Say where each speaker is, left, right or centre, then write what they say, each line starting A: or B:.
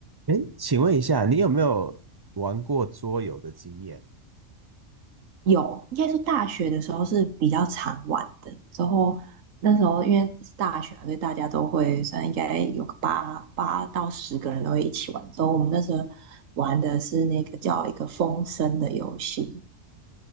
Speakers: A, on the right; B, on the right.
A: 诶，请问一下，你有没有玩过桌游的经验？
B: 有，应该说大学的时候是比较常玩的。之后那时候因为是大学嘛所以大家都会，算应该有个八八到十个人都会一起玩。之后我们那时候玩的是那个叫一个风声的游戏，